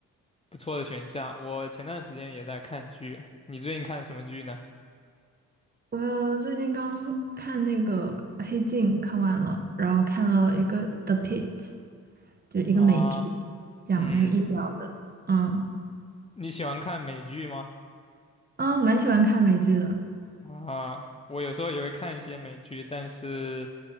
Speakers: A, on the left (about 15°); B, on the right (about 25°).
A: 不错的选项，我前段时间也在看剧。你最近看什么剧呢？
B: 我最近刚看那个《呃黑镜》，看完了，然后看了一个《The p i t 就是一个美剧，
A: 啊。
B: 讲那个医疗的。
A: 嗯，
B: 嗯，
A: 你喜欢看美剧吗？
B: 啊，蛮喜欢看美剧的。
A: 啊，我有时候也会看一些美剧，但是